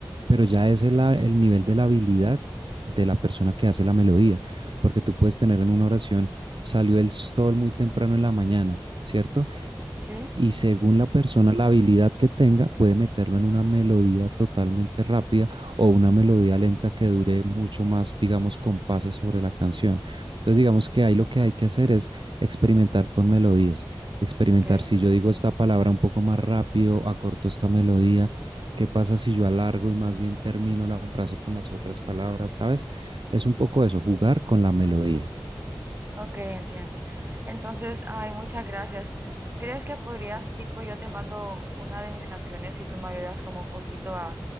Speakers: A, on the right; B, on the right.
A: pero ya ese es la- el nivel de la habilidad de la persona que hace la melodía, porque tú puedes tener en una oración, salió el sol muy temprano en la mañana, ¿cierto?
B: sí,
A: y según la persona, la habilidad que tenga, puede meterlo en una melodía totalmente rápida o una melodía lenta que dure mucho más, digamos, compases sobre la canción. Entonces, digamos que ahí lo que hay que hacer es experimentar con melodías. Experimentar,
B: ok,
A: si yo digo esta palabra un poco más rápido, acorto esta melodía, ¿qué pasa si yo alargo y más bien termino la frase con las otras palabras? ¿Sabes? Es un poco eso, jugar con la melodía.
B: ok, entiendo. Entonces, ay, muchas gracias. ¿Crees que podrías, tipo, yo te mando una de mis canciones y tú me ayudas como un poquito a,